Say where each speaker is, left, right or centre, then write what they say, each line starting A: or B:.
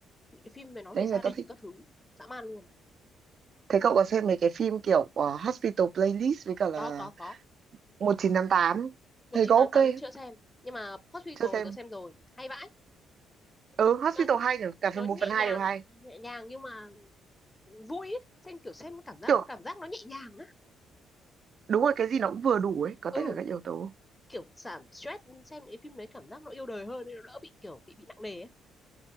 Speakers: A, on the left; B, on the right.
A: những cái phim về nói
B: đấy
A: về gia
B: người
A: đình
B: ta thích
A: các thứ dã man luôn
B: thế cậu có xem mấy cái phim kiểu ờ, Hospital Playlist với cả là
A: có có có
B: 1988 tám
A: một
B: thấy
A: chín
B: có
A: tám
B: ok
A: tám
B: không?
A: chưa xem nhưng mà Hot Suite
B: chưa
A: rồi
B: xem
A: tớ xem rồi hay vãi
B: ừ Hospital
A: nó
B: hay nhỉ cả
A: nó
B: phần một
A: nhẹ
B: phần 2
A: nhàng
B: đều hay
A: nhẹ nhàng nhưng mà vui ấy. xem kiểu xem cảm giác
B: kiểu
A: cảm giác nó nhẹ nhàng á
B: đúng rồi cái gì nó cũng vừa đủ ấy có
A: ừ
B: tất cả các yếu tố
A: kiểu giảm stress xem những phim đấy cảm giác nó yêu đời hơn nên nó đỡ bị kiểu bị bị nặng nề ấy.